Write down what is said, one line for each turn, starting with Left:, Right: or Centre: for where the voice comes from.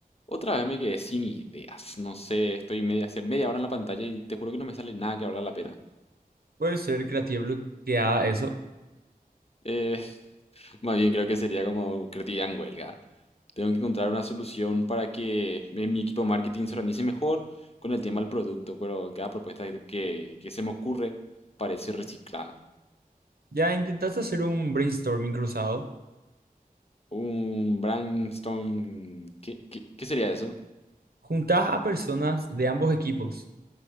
Left: Otra vez me quedé sin ideas. No sé, estoy media, hace media hora en la pantalla y te juro que no me sale nada que valga la pena.
Right: Puede ser creativa bloqueada eso.
Left: Eh, <laughs> más bien creo que sería como creatividad en huelga. Tengo que encontrar una solución para que mi mi equipo de marketing se organice mejor con el tema del producto, pero cada propuesta que, que que se me ocurre parece reciclada.
Right: Ya intentaste hacer un brainstorming cruzado.
Left: Un brainstorm... ¿Qué, qué, qué sería eso?
Right: Juntás a personas de ambos equipos,